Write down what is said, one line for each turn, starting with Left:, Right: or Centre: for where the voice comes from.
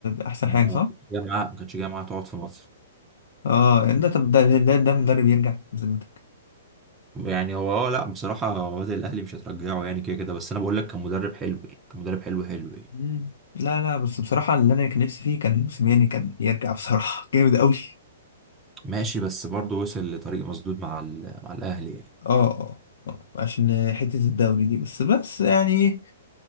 Left: احسن
Right: ما
Left: حاجه صح
Right: كانش جاي معاه ما كانش جاي معاه تقعد في مصر
Left: اه يعني ده طب ده ده, ده مدرب يرجع بذمتك
Right: يعني هو اه لا بصراحة وادي الأهلي مش هترجعه يعني كده كده بس أنا بقول لك كان مدرب حلو يعني كان مدرب حلو حلو يعني
Left: مم. لا لا بس بصراحه اللي انا كان نفسي فيه كان موسيماني كان يرجع بصراحه <laughs> جامد قوي
Right: ماشي بس برضه وصل لطريق مسدود مع ال... مع الأهلي يعني
Left: اه اه آه، عشان حتة الدوري دي بس بس يعني إيه،